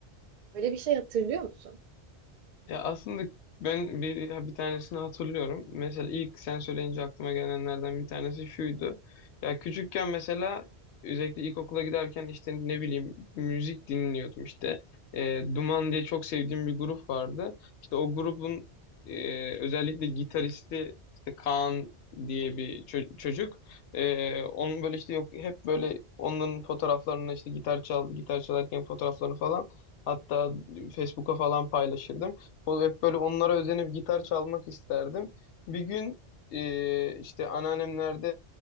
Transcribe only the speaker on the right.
Böyle bir şey hatırlıyor musun?